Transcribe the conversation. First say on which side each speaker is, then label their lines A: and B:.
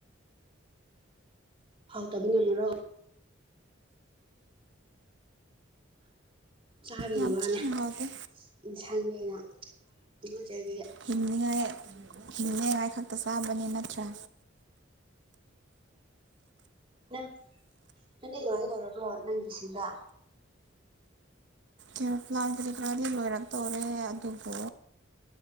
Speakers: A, on the right; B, on the right.
A: ꯍꯥꯎꯇꯕꯅꯦ ꯃꯣꯔꯣꯛ ꯆꯥꯕꯩ
B: ꯌꯥꯝ
A: ꯋꯥꯅꯦ
B: ꯊꯤꯅ ꯍꯥꯎꯇꯦ
A: ꯏꯟꯁꯥꯡꯅꯦ <unintelligible>
B: ꯍꯤꯡꯅꯤꯉꯥꯏ ꯍꯤꯡꯅꯤꯉꯥꯏ ꯈꯛꯇ ꯆꯥꯕꯅꯤ ꯅꯠꯇ꯭ꯔꯥ
A: ꯅꯪ ꯅꯪꯗꯤ ꯂꯣꯏꯒꯗꯧꯔꯕ꯭ꯔꯣ ꯅꯪꯒꯤꯁꯤꯡꯗ
B: <unintelligible> ꯈꯔꯗꯤ ꯂꯣꯏꯔꯛꯇꯧꯔꯦ ꯑꯗꯨꯕꯨ